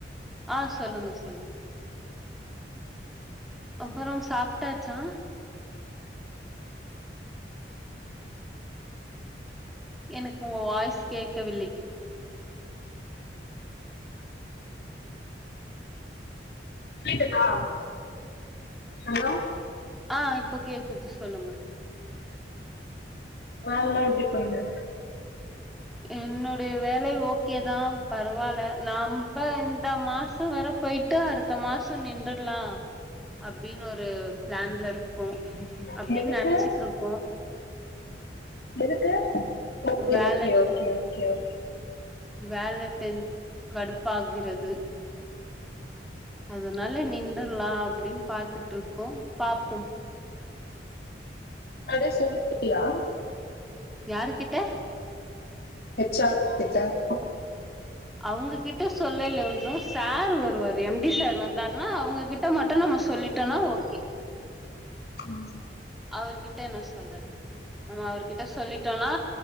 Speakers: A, in the centre; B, on the left.
A: ஆ சொல்லுங்க சொல்லுங்க அப்பறோ சாப்ட்டாச்சா எனக்கு உங்க வாய்ஸ் கேட்கவில்லை
B: கேட்டுதா ஹலோ
A: ஆ இப்போ கேக்குது சொல்லுங்க
B: வேல்லா எப்படி போயின்னுருக்
A: என்னுடைய வேலை ஓகே தா பரவால்ல நம்ப இந்த மாசே வேற போயிட் டு அடுத்த மாசோ நின்டர்லா அப்டின்னு ஒரு பிளான்ல இருக்கோ
B: இருக்கு
A: அப்டின்னு
B: எதுக்கு
A: நெனைச்சிட்டுருக்கோ
B: எதுக்கு ஓகே
A: வேலட்
B: ஓகே ஓகே ஓகே ஓக்
A: வேல டென் கடுப்பாகிறது அதனால நின்றர்லாம் அப்டின்னு பாத்துட்டுருக்கோ பாப்போம்
B: அடே சொல்லிட்டிப்பியா
A: யாருக்கிட்ட
B: ஹெச் ஆர் ஹெச் ஆர்
A: அவங்ககிட்ட சொல்லல்ல இன்னும் சார் வருவாரு எம் டி சார் வந்தாருன்னா அவங்ககிட்ட ட்ட மட்டு நம்ம சொல்லிட்டோனா ஓகே
B: ம்
A: அவர்கிட்ட இன்னு சொல்லல் நம்ம அவர்கிட்ட சொல்லிட்டோன்னா